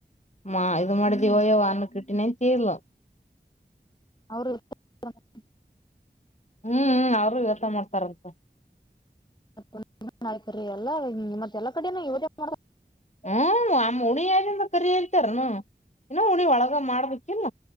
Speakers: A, on the left (about 40°); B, on the left (about 25°).
A: ಮಾ ಇದು ಮಾಡಿದೀವಯ್ಯವ
B: ಹ್ಮ್
A: ಅನ್ನ ಕಿಟ್ಟಿನಿ ಅಂತಿದ್ಲ್.
B: ಅವ್ರು <inaudible>
A: ಹ್ಮ್ ಹ್ಮ್ ಅವ್ರು ಇವತ್ತ ಮಾಡ್ತಾರಂತ.
B: <inaudible> ಮತ್ತೆ ಎಲ್ಲಾ ಮತ್ ಎಲ್ಲ ಕಡಿನು ಇವ್ರ್ ಯಾಕ್
A: ಹ್ಮ್ ಅಮ್ ಹುಳಿಏನೇನ್ದಕರಿ ಎಂತರ್ನು ನಾ ಹುಳಿ ಒಳಗ ಮಾಡ್ಬೇಕಿಲ್ಲ.